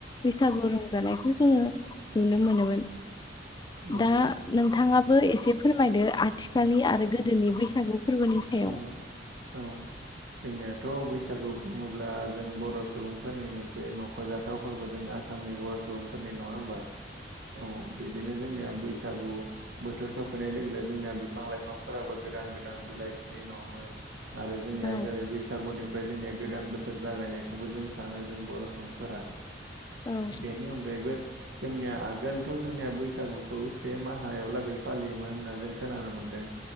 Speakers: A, on the left; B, on the right.
A: बैसागु रंजानायखौ जोङो नुनो मोनोमोन।
B: नांगौ।
A: दा नोंथाङाबो एसे फोरमायदो आथिखालनि आरो गोदोनि बैसागु फोरबोनि सायाव
B: औ औ। जोंनियाथ' बैसागु बुङोब्ला जों बर' सुबुंफोरनि मोनसे माव ख'जाथाव फोरबो जों आसामनि बर' सुबुंफोरनि नङा ओमबा? औ बिदिनो जोंनिया बैसागु बोथोर सफैनाय लोगो लोगो जोंनिया बिफां लाइफांफोराबो गोदान गोदान बिलाइ खिलिनो हमो। आरो जोंनिया
A: औ
B: जेरै बैसागुनिफ्राय जोंनिया गोदान बोसोर बोसोर जागायनायखौबो जों सानो जों बर' सुबुंफोरा
A: औ
B: बेनि अनगायैबो जोंनिया आगोलथ' जोंनिया बैसागुखौ से माहायाव लागै फालियोमोन होन्ना जों खोनानो मोनदों